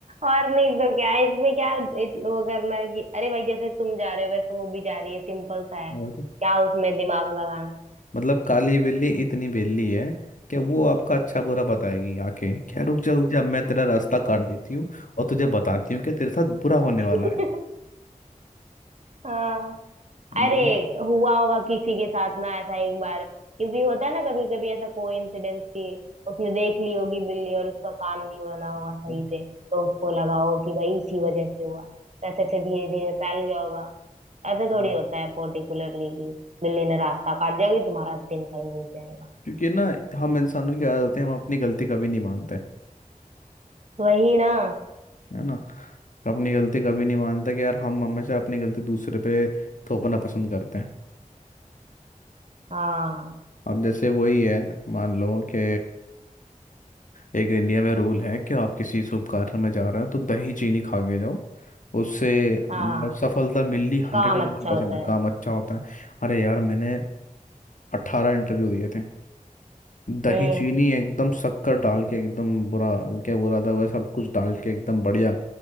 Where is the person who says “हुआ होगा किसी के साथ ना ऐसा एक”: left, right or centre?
Right